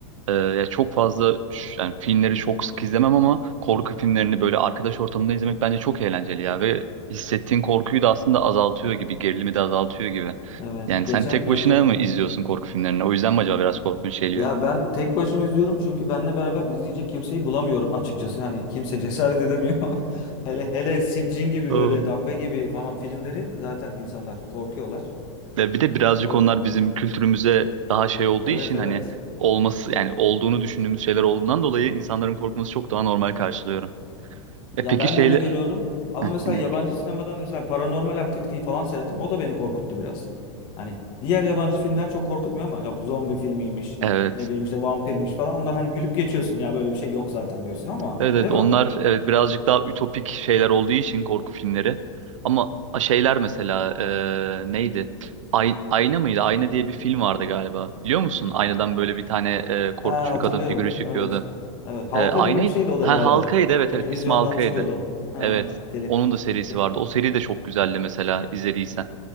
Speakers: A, on the right; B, on the left.
A: Ee, ya çok fazla ş- yani filmleri çok sık izlemem ama korku filmlerini böyle arkadaş ortamında izlemek bence çok eğlenceli ya ve hissettiğin korkuyu da aslında azaltıyor gibi, gerilimi de azaltıyor gibi.
B: Evet.
A: Yani
B: Geçen
A: sen tek
B: e,
A: başına mı izliyorsun korku filmlerini? O yüzden mi acaba biraz korkunç geliyor?
B: ya ben tek başıma izliyorum çünkü benle beraber izleyecek kimseyi bulamıyorum açıkçası. Hani kimse cesaret edemiyor. <laughs> Hele hele Siccin gibi
A: Oo.
B: böyle Dabbe gibi falan filmleri zaten insanlar korkuyorlar.
A: Ve bir de birazcık
B: E, o,
A: onlar bizim kültürümüze daha şey olduğu
B: evet
A: için
B: evet.
A: hani olması yani olduğunu düşündüğümüz şeyler olduğundan dolayı insanların korkması çok daha normal karşılıyorum. E
B: Ya
A: peki
B: ben
A: şeyle
B: de öyle görüyorum. Ama
A: evet.
B: mesela yabancı sinemadan mesela Paranormal Activity'yi falan seyrettim. O da beni korkuttu biraz. Hani diğer yabancı filmler çok korkutmuyor ama yok zombi filmiymiş,
A: Evet
B: ne bileyim işte vampirmiş falan. Onlar hani gülüp geçiyorsun. Ya böyle bir şey yok zaten diyorsun ama
A: evet
B: değil
A: onlar
B: mi?
A: evet birazcık daha ütopik şeyler olduğu için korku filmleri. Ama şeyler mesela e, neydi? Ay, Ayna mıydı? Ayna diye bir film vardı galiba. Biliyor musun? Aynadan böyle bir tane e, korkunç
B: Ha hatırlıyorum.
A: bir kadın figürü çıkıyordu.
B: Evet. Evet. Halka
A: E, Aynayı
B: gibi bir şeydi o da
A: ha
B: herhalde.
A: Halkaydı evet
B: Televizyondan
A: evet ismi Halkaydı.
B: çıkıyordu. Ha,
A: Evet.
B: tele.
A: Onun da serisi
B: te-
A: vardı. O seri de çok güzeldi mesela izlediysen.